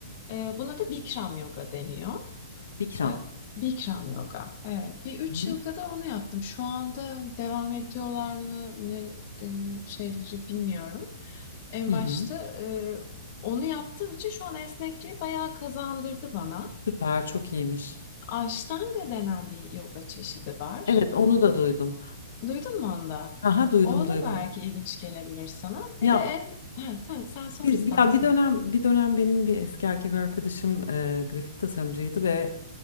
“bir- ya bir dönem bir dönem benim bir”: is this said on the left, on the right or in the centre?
Left